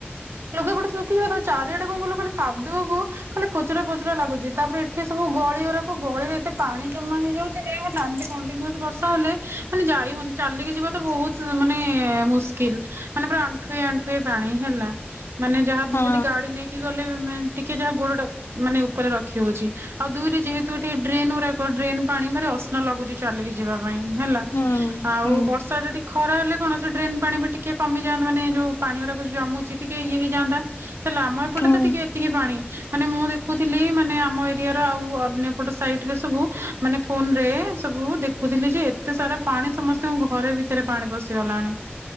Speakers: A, on the right (about 75°); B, on the left (about 80°).
A: ଲୁଗାପଟେ ଶୁଖିଯିବ, ତାପରେ ଚାରିଆଡେ କଣ କହିଲୁ ଖାଲି କାଦୁଅକୁ ଖାଲି ପଚରା ପଚରା ଲାଗୁଛି, ତାପରେ ଏଠି ସବୁ ଗଳି ଗୁରାକ ଗଳିରେ ଏତେ ପାଣି ଜମା ହେଇଯାଉ <unintelligible> ଏମିତି କଣ୍ଟିନିୟୋସ ବର୍ଷା ହେଲେ ମାନେ ଯାଇ ହଉନି, ଚାଲିକି ଯିବା ତ ବହୁତ ମାନେ ମୁସ୍ କିଲ୍, ମାନେ ପୁରା ଆଣ୍ଠୁଏ ଆଣ୍ଠୁଏ ପାଣି ହେଲା। ମାନେ ଯାହା
B: ହଁ
A: ଯଦି ଗାଡି ନେଇ କି ଗଲେ ବି ମେନ୍, ଟିକେ ଯାହା ଗୋଡଟା ମାନେ ଉପରେ ରଖି ହଉଛି। ଆଉ ଦୁଇରେ ଯେହେତୁ ଏଠି ଡ୍ରେନ୍ ଗୁରାକ, ଡ୍ରେନ ପାଣି ଭାରି ଅସନା ଲାଗୁଛି ଚାଲିକି ଯିବା ପାଇଁ ହେଲା।
B: ହୁଁ
A: ଆଉ
B: ହୁଁ
A: ବର୍ଷାଟା ଟିକେ ଖରା ହେଲେ, କଣ ସେ ଡ୍ରେନ୍ ପାଣି ବି ଟିକେ କମିଯାଆନ୍ତା ମାନେ ଯୋଉ ପାଣି ଗୁରାକ, ଯୋଉ ଜମୁଛି ଟିକେ ଇଏ ହେଇଯାଆନ୍ତା। ହେଲେ ଆମ ଏପଟେ
B: ହୁଁ
A: ତ ଟିକେ ଏତିକି ପାଣି ମାନେ ମୁଁ ଦେଖୁଥିଲି, ମାନେ ଆମ ଏରିଆର ଆଉ ଅନ୍ୟପଟ ସାଇଟରେ ସବୁ ମାନେ ଫୋନରେ ସବୁ ଦେଖୁଥିଲି ଯେ, ଏତେ ସାରା ପାଣି ସମସ୍ତଙ୍କ ଘରେ ଭିତରେ ପାଣି ପଶିଗଲାଣି।